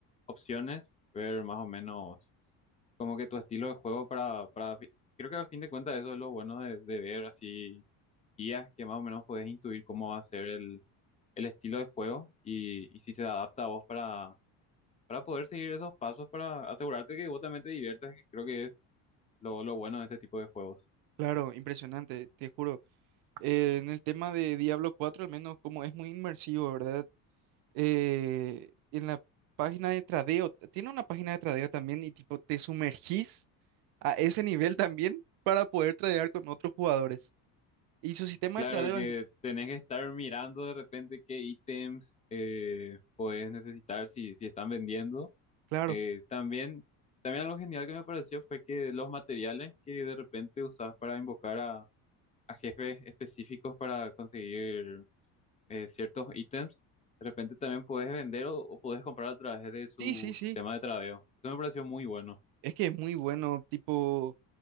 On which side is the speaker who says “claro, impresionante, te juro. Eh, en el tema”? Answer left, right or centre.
Right